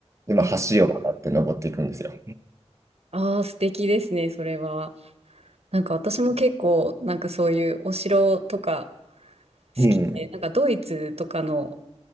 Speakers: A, on the right (about 25°); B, on the right (about 60°).
A: で、まあ、
B: め。え、
A: 橋を渡って登っていくんですよ。
B: ああ、素敵ですね、それは。なんか私も結構、なんかそういうお城とか
A: うん。
B: 好きで、なんかドイツとかの